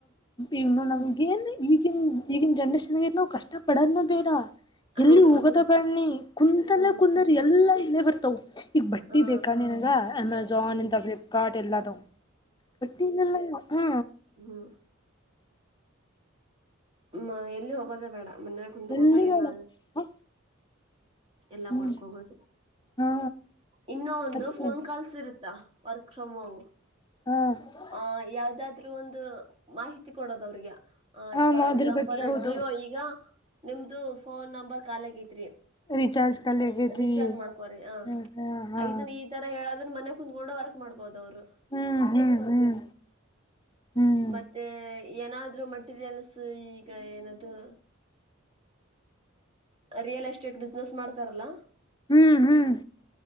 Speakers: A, on the left; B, on the right.
A: ಇವನು ನಮಗೇನ್. ಈಗನ್ ಈಗಿನ ಜನ್ರೇಷನ್ಗ ನಾವು ಕಷ್ಟ ಪಡೋದು ಬೇಡ. ಎಲ್ಲಿ
B: ಹೌದೌದು
A: ಹೋಗೋದ ಬ್ಯಾಡ್ನಿ ಕುಂತಲ್ಲ
B: ಹ್ಮ್
A: ಕುಂದರಿ ಎಲ್ಲಾ ಇಲ್ಲೇ ಬರ್ತವು. ಈಗ ಬಟ್ಟೆ
B: ಹಾ
A: ಬೇಕಾ ನಿನಗೆ ಅಮೆಝಾನ್
B: ಹ್ಮ್
A: ಇಂಥ ಫ್ಲಿಪ್ಕಾರ್ಟ್ ಎಲ್ಲ ಅದಾವ. ಒಟ್ಟಿನೆಲ್ಲ ಹಾ.
B: ಹ್ಮ. ಹ್ಮ ಎಲ್ಲಿ ಹೋಗೋದೇ ಬೇಡ ಮನ್ಯ ಕುತ್ಕೊಂಡ
A: ಎಲ್ಲಿ
B: ಏನ.
A: ಬೇಡ ಹ
B: ಎಲ್ಲಾ
A: ಹ್ಮ್
B: ಮಾಡ್ಕೊ ಬಹುದು.
A: ಹಾ
B: ಇನ್ನು ಒಂದು
A: ಮತ್ತೆ
B: ಫೋನ್ ಕಾಲ್ಸ್ ಇರುತ್ತಾ ವರ್ಕ್ ಫ್ರಮ್ ಹೋಮ್.
A: ಹ್ಮ.
B: ಆ ಯಾವ್ದಾದ್ರು ಒಂದು ಮಾಹಿತಿ ಕೊಡೋದ ಅವ್ರಿಗೆ. ಆ
A: ಹ
B: ಫಾರ್ ಎಕ್ಸಾಂಪಲ್
A: ಅದ್ರ ಬಗ್ಗೆ ಹೌದು
B: ಜಿಯೋ ಈಗ ನಿಮ್ದು ಫೋನ್ ನಂಬರ್ ಕಾಲ ಆಗೈತ್ರಿ.
A: ರಿಚಾರ್ಜ್ ಖಾಲಿ ಆಗೈತಿ
B: ರೀಚಾರ್ಜ್ ಮಾಡ್ಕೋರಿ ಹ
A: ಹ್ಮ್ ಹಾ ಹಾ
B: ಐದನೆ ಈ ತರ ಹೇಳೋದ್ರ ಮನೆ ಕುತ್ಕೊಂಡು ವರ್ಕ್ ಮಾಡಬಹದು ಅವ್ರು.
A: ಹ್ಮ್ ಹ್ಮ್ ಹ್ಮ್ ಹ್ಮ್
B: ಮತ್ತೆ ಏನಾದ್ರು ಮಟೀರಿಯಲ್ಸ್ ಈಗ ಏನದು. ರಿಯಲ್ ಎಸ್ಟೇಟ್ ಬಿಸ್ನೆಸ್ ಮಾಡ್ತಾರಲಾ.
A: ಹ್ಮ್ ಹ್ಮ್